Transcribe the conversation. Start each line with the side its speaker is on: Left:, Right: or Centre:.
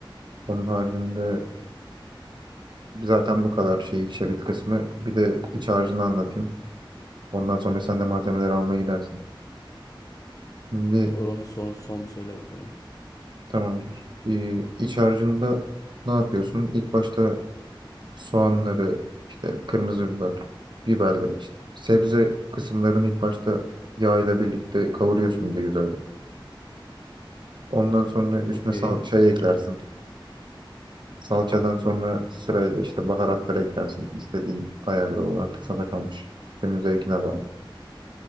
Right: Onun haricinde zaten bu kadar şey şebit kısmı bir de iç harcını anlatayım. Ondan sonra sen de malzemeleri almaya gidersin. Şimdi
Left: Olur onu son, son bir söyle bakalım.
Right: tamamdır. Ee, iç harcında ne yapıyorsun? İlk başta soğanları, işte kırmızı biber, biberleri işte. Sebze kısımlarını ilk başta yağ ile birlikte kavuruyorsun iyice güzelce. Ondan sonra üstüne
Left: Okey.
Right: salçayı eklersin. Salçadan sonra sırayla işte baharatları eklersin. İstediğin ayarda o artık sana kalmış. Senin zevkine bağlı.